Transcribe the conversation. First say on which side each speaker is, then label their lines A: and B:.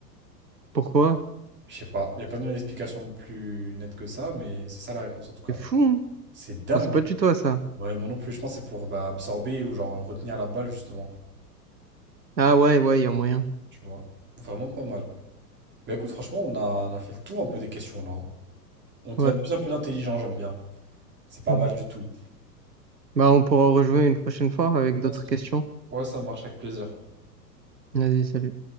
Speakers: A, on the right (about 80°); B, on the right (about 20°).
A: Pourquoi?
B: Je sais pas. Il n'y a pas donné explication plus nette que ça, mais c'est ça la réponse en tout cas.
A: C'est fou, hein
B: C'est
A: Je
B: dingue.
A: pensais pas du tout à ça.
B: Ouais, moi non plus, je pense que c'est pour bah, absorber ou genre retenir la balle justement.
A: Ah ouais, ouais, il y a moyen.
B: Tu vois. Vraiment pas mal. Bah écoute, franchement, on a, on a fait le tour un peu des questions là. hein. On devient
A: Ouais.
B: de plus en plus intelligent, j'aime bien. C'est pas
A: ouais.
B: mal du tout.
A: Bah, on pourra rejoindre une prochaine fois avec
B: Vas-y.
A: d'autres questions.
B: Ouais, ça marche avec plaisir.
A: Vas-y, salut.